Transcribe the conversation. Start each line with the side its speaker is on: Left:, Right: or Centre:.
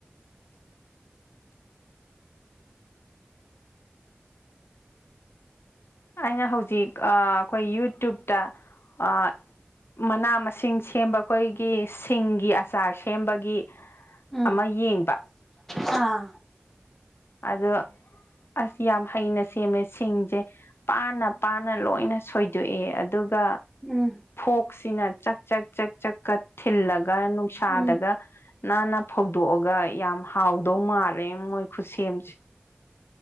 Left: ꯑꯩꯅ ꯍꯧꯖꯤꯛ ꯑ ꯑꯈꯣꯏ ꯌꯨꯇ꯭ꯕꯇ ꯑ ꯃꯅꯥ ꯃꯁꯤꯡ ꯁꯦꯝꯕ ꯑꯩꯈꯣꯏꯒꯤ ꯁꯤꯡꯒꯤ ꯑꯆꯥꯔ ꯁꯦꯝꯕꯒꯤ
Centre: ꯎꯝ
Left: ꯑꯃ ꯌꯦꯡꯕ꯫
Centre: ꯑꯥ꯫
Left: ꯑꯗꫭ ꯑꯁ ꯌꯥꯝ ꯍꯩꯅ ꯁꯦꯝꯃꯦ ꯁꯤꯡꯁꯦ ꯄꯥꯅ-ꯄꯥꯅ ꯂꯣꯏꯅ ꯁꯣꯏꯗꯣꯛꯑꯦ ꯑꯗꯨꯒ
Centre: ꯎꯝ꯫
Left: ꯀꯣꯛꯁꯤꯅ ꯆꯥꯛ ꯆꯛ ꯆꯛ ꯆꯛꯀ ꯊꯤꯜꯂꯒ ꯅꯨꯡꯁꯥꯗꯒ
Centre: ꯎꯝ
Left: ꯅꯥꯟꯅ ꯐꯧꯗꯣꯛ ꯑꯗꯨꯒ ꯌꯥꯝ ꯍꯥꯎꯗꯧ ꯃꯥꯜꯂꯦ ꯃꯣꯏ ꯈꯨꯠꯁꯦꯝꯁꯦ꯫